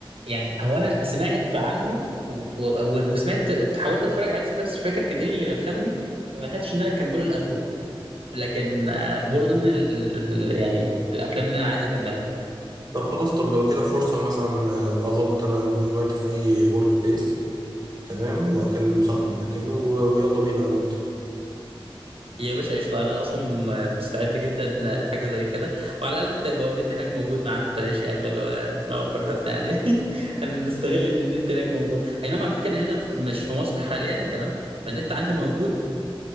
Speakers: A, on the right; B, on the right.
A: يعني هو انا سمعت عنه و... و... وسمعت حاولت اتفرج عليه ساعتها بس مش فاكر كان ايه اللي خمني فما لحقتش ان انا اكمله لاخره لكن آه، برضه ان ال... ال- يعني الافلام اللي انا عايز اكملها
B: طب خلاص طب لو كده فرصة مثلا آه، أظبط أنا موفي نايت في أي ورك بليس تمام وأكلم صاحب المكان و... ويلا بينا أنا وأنت
A: يا باشا قشطه انا اصلا م- مستعد جدا لحاجه زي كده وعلى الاقل حتى يبقى النت هناك موجود معانا ببلاش يعني فاللي هو نقعد براحتنا يعني <laughs> انا نستغل ان النت هناك موجود اي نعم على فكره انا هنا في- مش في مصر حاليا تمام فالنت عندي موجود